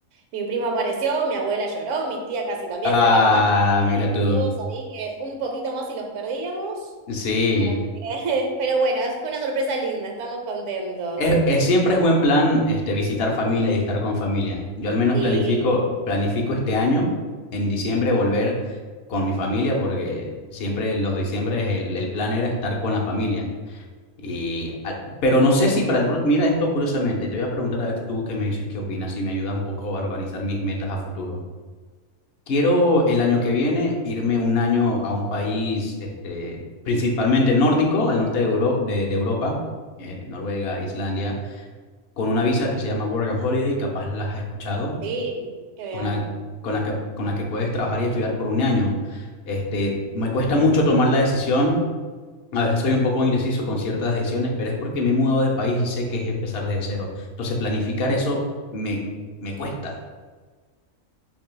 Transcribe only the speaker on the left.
Ah,
mira
tú.
Sí.
Es, es- siempre es buen plan este, visitar familia y estar con familia. Yo al menos
planifico, planifico este año, en diciembre, volver con mi familia, porque siempre los diciembres el, el plan era estar con la familia. Y, a- pero no sé si para el... pro- Mira esto curiosamente, te voy a preguntar a ver tú qué me dices, qué opinas, si me ayudas un poco a organizar mis metas a futuro. Quiero el año que viene irme un año a un país este, principalmente nórdico, al norte de, Euro- de, de Europa, eh, Noruega, Islandia, con una visa que se llama Work and Holiday, capaz las has escuchado,
con la, con la que, con la que puedes trabajar y estudiar por un año. Este, me cuesta mucho tomar la decisión, a veces soy un poco indeciso con ciertas decisiones, pero es porque me he mudado de país y sé que es empezar desde cero. Entonces planificar eso me, me cuesta.